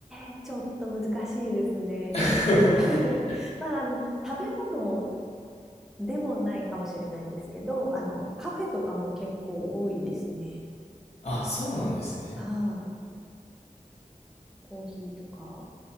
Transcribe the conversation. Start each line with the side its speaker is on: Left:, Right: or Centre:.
Centre: えちょっと難しいですね。
Left: <laughs>
Centre: まあ、<laughs> まあ、あの、食べ物でもないかもしれないですけど、あの、カフェとかも結構多いですね。
Left: あ、そうなんですね。
Centre: はい、コーヒーとか。